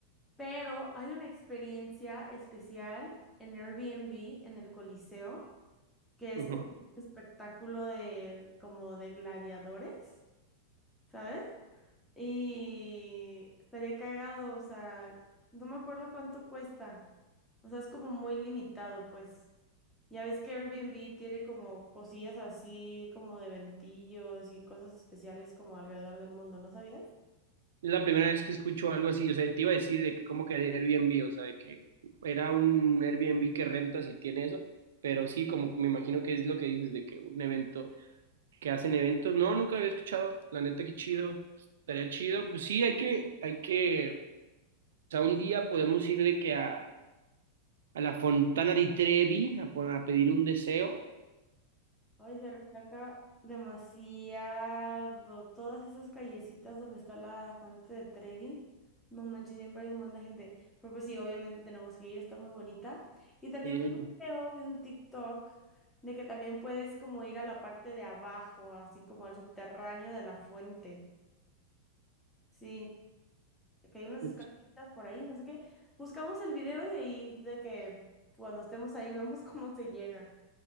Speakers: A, in the centre; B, on the right (about 60°).
A: Pero hay una experiencia especial en Airbnb, en el Coliseo, que es
B: Ujú.
A: como un espectáculo de, como de gladiadores, ¿sabes? Y estaría cagado, o sea, no me acuerdo cuánto cuesta. O sea, es como muy limitado, pues. Ya ves que Airbnb tiene como cosillas así, como de ventillos y cosas especiales como alrededor del mundo, ¿no sabías?
B: Es la primera vez que escucho algo así, o sea, te iba a decir de que como que de Airbnb, o sea, de que era un Airbnb que rentas y tiene eso, pero sí, como que me imagino que es lo que dices de que un evento, que hacen eventos, no, nunca lo había escuchado, la neta, qué chido, estaría chido, pues sí, hay que, hay que, o sea, un día podemos ir de que a, a la Fontana di Trevi a, por- a pedir un deseo,
A: Ay, se resaca demasiado. Todas esas callecitas donde está la fuente de Trevi. No manches, siempre hay un montón de gente. Pero pues sí, obviamente tenemos que ir, está muy bonita. Y también
B: pedir
A: vi
B: algo.
A: un video, vi un TikTok de que también puedes como ir a la parte de abajo, así como al subterráneo de la fuente. Sí, que hay unas
B: Pues,
A: escaleritas por ahí, no sé qué. Buscamos el video y ahí de que cuando estemos ahí vemos <laughs> cómo se llega.